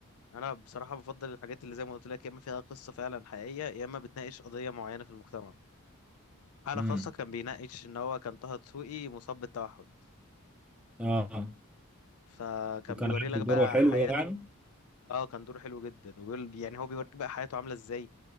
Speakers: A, on the left (about 85°); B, in the centre.
A: انا بصراحه بفضل الحاجات اللي زي ما قلت لك يا اما فيها قصه فعلا حقيقيه يا اما بتناقش قضيه معينه في المجتمع حاله
B: امم
A: خاصه كان بيناقش ان هو كان طه دسوقي مصاب بالتوحد
B: اه
A: فكان
B: وكان
A: بيوري
B: عامل
A: لك
B: دوره
A: بقى
B: حلو
A: حياته
B: يعني
A: اه كان دور حلو جدا وبيقول يعني هو بيوريك بقى حياته عامله ازاي